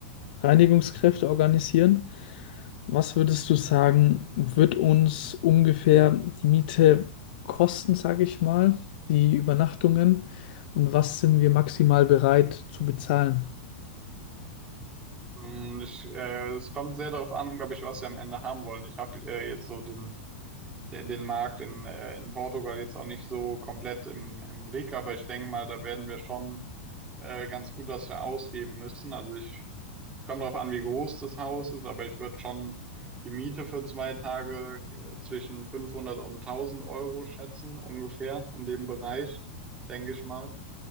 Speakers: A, on the left; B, on the right.
A: Reinigungskräfte organisieren. Was würdest du sagen, wird uns ungefähr die Miete kosten, sage ich mal, die Übernachtungen und was sind wir maximal bereit zu bezahlen?
B: Mm, Ich, äh, es kommt sehr darauf an, glaube ich, was wir am Ende haben wollen. Ich habe äh, jetzt so den, den Markt in, äh, in Portugal jetzt auch nicht so komplett im, im Blick, aber ich denke mal, da werden wir schon äh, ganz gut was für ausgeben müssen. Also ich kommt darauf an, wie groß das Haus ist, aber ich würde schon die Miete für zwei Tage äh, zwischen 500 und 1000 Euro schätzen, ungefähr in dem Bereich, denke ich mal.